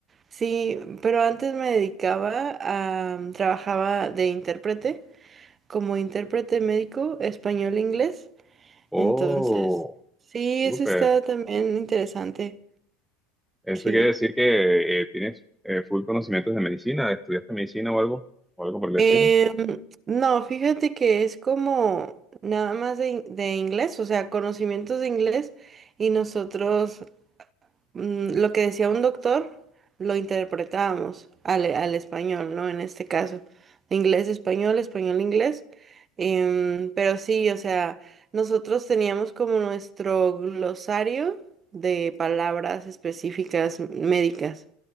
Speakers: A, on the right; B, in the centre.
A: Sí, pero antes me dedicaba a, mm, trabajaba de intérprete, como intérprete médico español-inglés.
B: Oh,
A: Entonces, sí,
B: súper.
A: eso está también interesante.
B: Eso
A: Sí.
B: quiere decir que eh, tienes eh, full conocimientos de medicina, estudiaste medicina o algo, o algo por el estilo.
A: Em, no, fíjate que es como nada más de, in- de inglés, o sea, conocimientos de inglés y nosotros mm, lo que decía un doctor lo interpretábamos al, al español, ¿no? En este caso, inglés, español, español, inglés. Em, pero sí, o sea, nosotros teníamos como nuestro glosario de palabras específicas médicas.